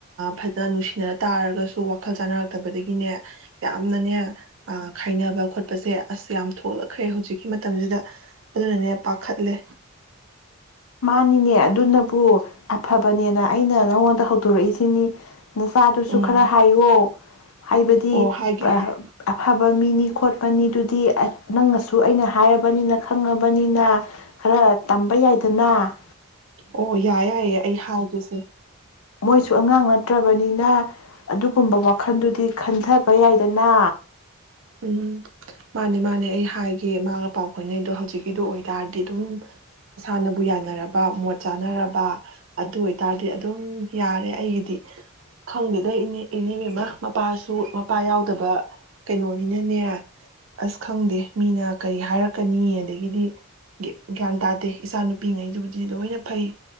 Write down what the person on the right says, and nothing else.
ꯐꯖꯅ ꯅꯨꯡꯁꯤꯅꯔ ꯇꯥꯔꯒꯁꯨ ꯋꯥꯈꯜ ꯆꯥꯅꯔꯛꯇꯕꯗꯒꯤꯅꯦ ꯌꯥꯝꯅꯅꯦ ꯈꯥꯏꯅꯕ ꯈꯣꯠꯄꯁꯦ ꯑꯁ ꯌꯥꯝ ꯊꯣꯛꯂꯛꯈ꯭ꯔꯦ ꯍꯧꯖꯤꯛꯀꯤ ꯃꯇꯝꯁꯤꯗ ꯑꯗꯨꯅꯅꯦ ꯄꯥꯈꯠꯂꯦ
ꯎꯝ
ꯑꯣ ꯍꯥꯏꯒꯦ ꯍꯥꯏ
ꯑꯣ ꯌꯥꯏ ꯌꯥꯏꯌꯦ ꯑꯩ ꯍꯥꯏꯒꯦꯁꯦ
ꯎꯝ ꯃꯥꯅꯦ ꯃꯥꯅꯦ ꯑꯩ ꯍꯥꯏꯒꯦ ꯃꯥꯒ ꯄꯥꯎ ꯐꯥꯎꯅꯩꯗꯣ ꯍꯧꯖꯤꯛꯀꯤꯗꯣ ꯑꯣꯏ ꯇꯔꯗꯤ ꯑꯗꯨꯝ ꯃꯁꯥꯅꯕꯨ ꯌꯥꯅꯔꯕ ꯃꯣꯠ ꯆꯥꯅꯔꯕ ꯑꯗꯨ ꯑꯣꯏ ꯇꯔꯗꯤ ꯑꯗꯨꯝ ꯌꯥꯔꯦ ꯑꯩꯒꯤꯗꯤ ꯈꯪꯗꯦꯗ ꯏꯅꯦ ꯏꯅꯦꯕꯦꯝꯃꯥꯃꯥ ꯃꯄꯥꯁꯨ ꯃꯄꯥ ꯌꯥꯎꯗꯕ ꯀꯩꯅꯣꯅꯤꯅꯅꯦ ꯑꯁ ꯈꯪꯗꯦ ꯃꯤꯅ ꯀꯔꯤ ꯍꯥꯏꯔꯛꯀꯅꯤ ꯑꯗꯒꯤꯗꯤ ꯒ꯭ꯌꯥꯟ ꯇꯥꯗꯦ ꯏꯆꯥ ꯅꯨꯄꯤꯉꯩꯗꯨꯕꯨꯗꯤ ꯂꯣꯏꯅ ꯐꯩ